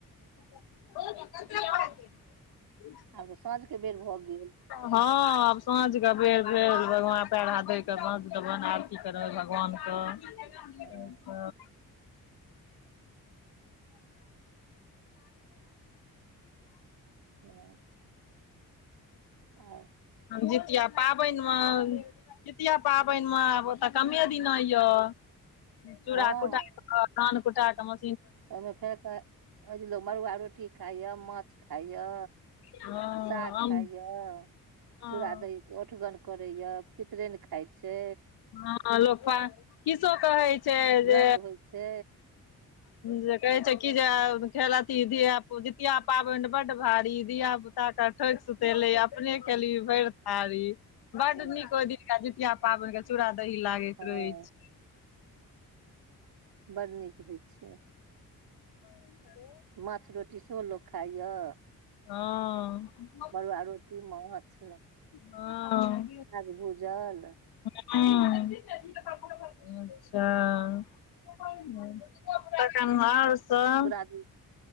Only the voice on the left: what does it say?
<unintelligible>
हँ आब साँझके बेर भेल भगवान कऽ ऐब पएर हाथ धोई साँझ देबनि आय आरती करब भगवानके
हू <unintelligible> <unintelligible>
जितिया पाबेन मऽ जितिया पाबेन मऽ आब तऽ कमे दिना यए चूड़ा
कुटा कऽ धान कुटा कऽ म
हँ
आम
हँ
हँ लोका कि सब कहै छै जे
जे कहे छै की जे धिया पु जितिया पाबैन बड भारी धिया पू पुता कऽ ठोक सुतेले अपने केली भैर थारी बड
नीक ओहि दिनका जितिया पाबैन के चूड़ा दही लागैत
रहै छै
<unintelligible>
ह
हँ
हु अच्छा तखन आओर सब